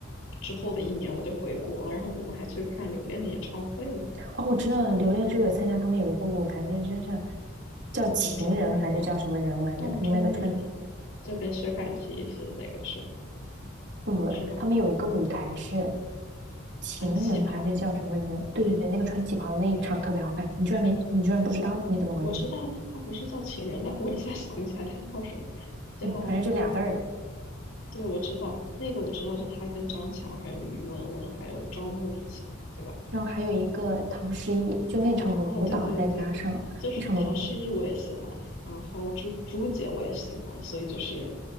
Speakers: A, on the left (about 85°); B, on the right (about 60°).
A: 之后的一年我就回国了，然后我们还去看留恋的演唱会呢，
B: 哦，我知道了，榴莲是不是有参加他们有一个舞台，这真是叫情人还是叫什么人来着？
A: 梦中人嘛。梦中人就跟薛凯琪一起的那个是吧？
B: 他们那个穿不不，
A: 是吗？
B: 他们有一个舞台是情人还是叫什么人？
A: 穿旗袍的，
B: 对对对，那个穿旗袍的那一场特别好看，你居然没你居然不知道，你怎么回事？
A: 我知道他不是叫情人，但我一下想不起来他叫什么，叫，
B: 对，反正就俩字儿的。
A: 对，我知道那个我知道，就他跟张强还有于文文还有赵梦一起的嘛，对吧？
B: 然后还有一个唐诗逸，就那场的舞蹈，
A: 啊啊，对对对，
B: 再加上那场的舞。
A: 就是唐诗逸我也喜欢，然后朱朱姐我也喜欢，所以就是，